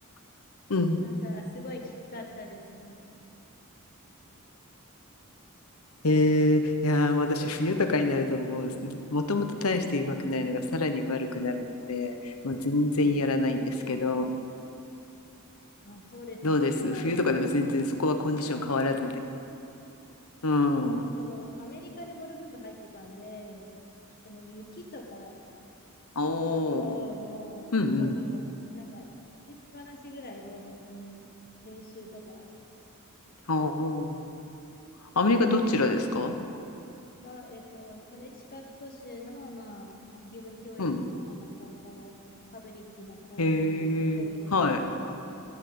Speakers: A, on the left; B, on the left.
A: <laughs> うん。
B: なんかすごいきつかったですね。
A: えー、いやー、もう私、冬とかになると、もう、もともと大してうまくないのが、さらに悪くなるので、もう全然やらないんですけど、
B: あ、そうですよね。
A: どうです冬とかでも全然そこはコンディション変わらずで。
B: 普通そうですよね。
A: うん。
B: まあ、その、アメリカでゴルフ部入ってたんで、その雪とか
A: おお。
B: だと、もう、外にも、
A: うんうん。
B: なんか、打ちっぱなしぐらいで、本当に、練習とか、
A: ああ。アメリカどちらですか
B: それは、えっと、コネチカット州の、まあ、義務教育の、
A: うん。
B: なんか、高校、パブリックな高校に通ってたんですけど、
A: へえ、はい。